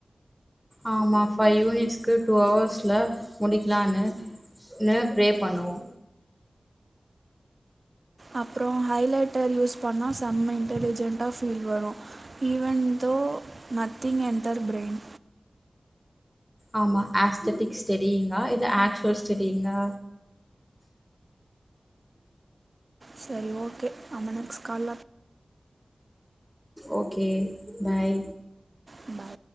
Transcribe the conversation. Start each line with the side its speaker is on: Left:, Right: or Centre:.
Centre: ஆமா ஃபை யூனிட்ஸ்கு டூ ஹவர்ஸ்ல முடிக்லானு னு ப்ரே பண்ணுவோ
Right: அப்றோ ஹைலைட்டர் யூஸ் பண்ணா செம்ம இன்டெலிஜென்ட்டா ஃபீல் வரு even though nothing enter brain
Centre: ஆமா ஆஸ்தடிக் ஸ்டடியிங்கா இல்ல ஆக்சுவல் ஸ்டடியிங்கா
Right: சரி ஓகே நம்ம நெக்ஸ்ட் கால்ல
Centre: ஓகே பை
Right: பை